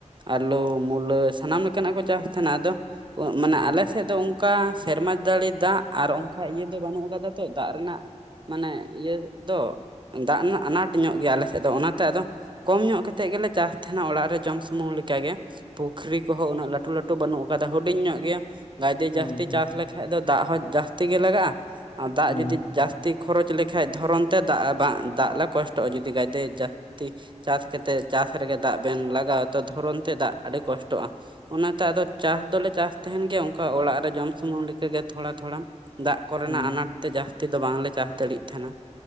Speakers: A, on the right; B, on the left.
A: ᱟᱹᱞᱩ ᱢᱩᱞᱟᱹ ᱥᱟᱱᱟᱢ ᱞᱮᱠᱟ ᱱᱟᱜ ᱠᱚ ᱪᱟᱥ ᱛᱟᱦᱮᱱᱟ ᱟᱫᱚ ᱢᱟᱱᱮ
B: ᱦᱩᱸ
A: ᱟᱞᱮ ᱥᱮᱫ ᱫᱚ ᱚᱱᱠᱟ ᱥᱮᱨᱢᱟ ᱫᱟᱲᱮ ᱫᱟᱜ ᱟᱨ ᱚᱱᱠᱟ ᱤᱭᱟᱹ ᱫᱚ ᱵᱟᱹᱱᱩᱜ ᱟᱠᱟᱫᱟ ᱛᱚ ᱫᱟᱜ ᱨᱮᱱᱟᱜ ᱢᱟᱱᱮ ᱤᱭᱟᱹ ᱫᱚ ᱫᱟᱜ ᱨᱮᱱᱟᱜ ᱟᱱᱟᱴ ᱧᱚᱜ ᱜᱮᱭᱟ ᱟᱞᱮ ᱥᱮᱫ ᱫᱚ ᱚᱱᱟ ᱛᱮ ᱟᱫᱚ ᱠᱚᱢ ᱧᱚᱜ ᱠᱟᱛᱮᱫ ᱜᱮᱞᱮ ᱪᱟᱥ ᱛᱮᱦᱮᱱᱟ ᱚᱲᱟᱜ ᱨᱮ ᱡᱚᱢ ᱥᱚ ᱥᱩᱢᱩᱝ ᱞᱮᱠᱟ ᱜᱮ ᱯᱩᱠᱷᱨᱤ ᱠᱚᱦᱚᱸ ᱩᱱᱟᱹᱜ ᱞᱟᱹᱴᱩ ᱞᱟᱹᱴᱩ ᱵᱟᱹᱱᱩᱜ ᱠᱟᱫᱟ ᱦᱩᱰᱤᱧ ᱧᱚᱜ ᱜᱮᱭᱟ ᱜᱟᱡᱫᱚ
B: ᱦᱩᱸ
A: ᱡᱟᱹᱥᱛᱤ
B: ᱦᱩᱸ
A: ᱪᱟᱥ ᱞᱮᱠᱷᱟᱡ ᱫᱚ ᱫᱟᱜ ᱦᱚᱸ ᱡᱟᱹᱥᱛᱤ ᱜᱮ ᱞᱟᱜᱟᱜ-ᱟ ᱟᱨ ᱫᱟᱜ
B: ᱦᱩᱸ
A: ᱡᱩᱫᱤ ᱡᱟᱹᱥᱛᱤ ᱠᱷᱚᱨᱚᱪ ᱞᱮᱠᱷᱟ ᱫᱷᱚᱨᱚᱱ ᱛᱮ ᱫᱟᱜ ᱵᱟᱝ ᱫᱟᱜ ᱞᱮ ᱠᱚᱥᱴᱚᱜ-ᱟ ᱡᱩᱫᱤ ᱫᱚᱢᱮ ᱡᱟᱹᱥᱛᱤ ᱪᱟᱥ ᱠᱟᱛᱮ ᱪᱟᱥ ᱨᱮᱜᱮ ᱫᱟᱜ ᱵᱮᱱ ᱞᱟᱜᱟᱣ ᱟ ᱛᱚ ᱫᱷᱚᱨᱚᱱ ᱛᱮ ᱫᱟᱜ ᱟᱹᱰᱤ ᱠᱚᱥᱴᱚᱜ-ᱟ᱾ ᱚᱱᱟ ᱛᱮ ᱟᱫᱚ ᱪᱟᱥ ᱫᱚᱞᱮ ᱪᱟᱥ ᱛᱟᱦᱮᱱ ᱜᱮᱭᱟ ᱚᱱᱠᱟ ᱚᱲᱟᱜ ᱨᱮ ᱡᱚᱢ ᱥᱩᱢᱩᱝ ᱞᱮᱠᱟ ᱜᱮ ᱛᱷᱚᱲᱟ ᱛᱷᱚᱲᱟ ᱫᱟᱜ ᱠᱚ ᱨᱮᱱᱟᱜ
B: ᱦᱩᱸ
A: ᱟᱱᱟᱴ
B: ᱦᱩᱸ
A: ᱛᱮ ᱡᱟᱹᱥᱛᱤ ᱫᱚ ᱵᱟᱝ ᱞᱮ ᱪᱟᱥ ᱫᱟᱲᱮᱭᱟᱜ ᱛᱟᱦᱮᱱᱟ᱾